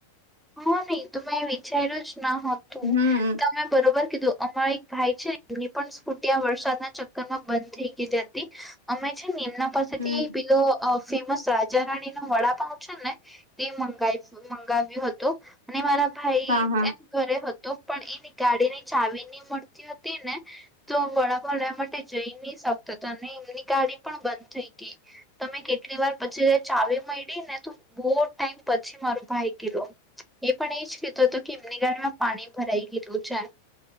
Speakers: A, in the centre; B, on the right.
A: હા નહી તો મેં વિચારલું જ ન હતું
B: હમ
A: તમે બરોબર કીધું. અમારા એક ભાઈ છે એમની પણ સ્ફૂટિયા વરસાદના ચક્કર માં બંધ થઈ ગઈ જ હતી. અમે છે ને એમના પાસેથી
B: હમ
A: પેલો ફેમસ રાજા રાણી નો વડાપાઉ છે ને તે મંગાવ મંગાવ્યું હતું અને મારા ભાઈ
B: હા હા
A: ઘરે હતો પણ એની ગાડી ની ચાવીની મળતી હતી ને તો વડાપાઉ લેવા માટે જઈ ની શકતો તો અને એમની ગાડી પણ બંધ થઈ તી. તમે કેટલી વાર પછી ચાવી મયડી ને તો બો ટાઈમ પછી મારો ભાઈ ગીયો એ પણ એ જ કીધું હતો કે એમની ગાડીમાં પાણી ભરાઈ ગેલુ છે.